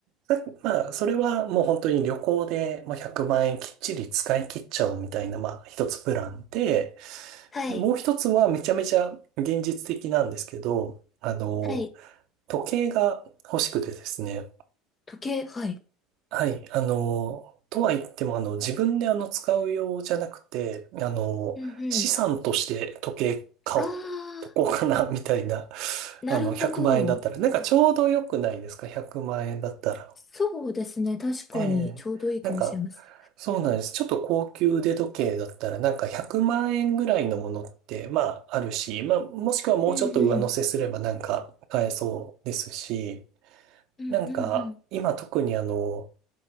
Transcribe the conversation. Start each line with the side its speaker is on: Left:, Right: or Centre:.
Right: さまあ、それはもう本当に旅行でもう100万円きっちり使い切っちゃおうみたいな、まあ、一つプランで、
Left: はい、
Right: で、もう一つはめちゃめちゃ現実的なんですけど、あの、
Left: はい。
Right: 時計が欲しくてですね。
Left: 時計、はい。
Right: はい。あの、とは言っても、あの、自分であの、使う用じゃなくて、あの、
Left: うんうん。
Right: 資産として時計買おうとこうかな、
Left: ああ、
Right: <laughs> みたいな。
Left: なるほど。
Right: あの、100万円だったら。
Left: うん。
Right: なんかちょうど良くないですか ?100 万円だったら。
Left: そうですね。確かに、
Right: ええ。
Left: ちょうどいいかもしれません。
Right: なんか、そうなんです。ちょっと高級腕時計だったら、なんか100万円ぐらいのものって、まあ、あるし、まあ、もしくはもうちょっと上乗せすればなんか買えそうですし、
Left: うんうん。うんうんうん。
Right: なんか、今特にあの、